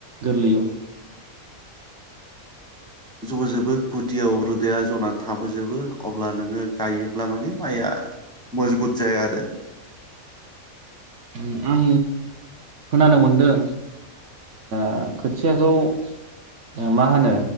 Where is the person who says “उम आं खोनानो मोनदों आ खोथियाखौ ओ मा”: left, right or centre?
Right